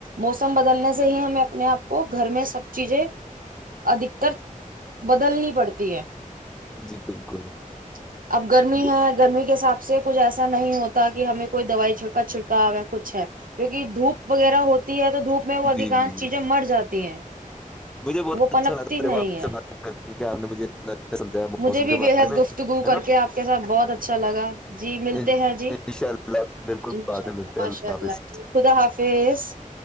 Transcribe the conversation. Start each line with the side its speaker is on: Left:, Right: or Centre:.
Right: موسم بدلنے سے ہی ہمیں اپنے آپ کو گھر میں سب چیزیں ادھکتر بدلنی پڑتی ہے
Centre: جی بالکل
Right: <unintelligible> اب گرمی
Centre: وہ-
Right: ہے گرمی کے حساب <unintelligible> سے کچھ ایسا نہیں ہوتا کہ ہمیں کوئی دوائی چھڑکا چھڑکا ہو ہے کچھ ہے کیکہ دھوپ وغیرہ ہوتا <unintelligible> ہے تو دھوپ میں وہ ادھانش
Centre: جی جی جی
Right: چیزیں مر جاتی ہیں <unintelligible>
Centre: مجھے بہت
Right: وہ پنپتی
Centre: اچھا لگا
Right: نہیں
Centre: دیکھو آپ
Right: ہے
Centre: سے بات کر کے کہ آپ نے مجھے اتنا اچھا سمجھایا موسم
Right: مجھے بھی
Centre: کے
Right: بےحد
Centre: بارے میں
Right: گفتگو
Centre: ہے
Right: کر
Centre: نا
Right: کے آپ کے ساتھ بہت اچھا لگا جی ملتے
Centre: ان
Right: ہیں جی
Centre: شاء اللہ بالکل
Right: انشاء
Centre: بعد میں
Right: اللہ
Centre: ملتے
Right: ماشاء
Centre: ہیں حافظ
Right: اللہ جی خدا حافظ <unintelligible>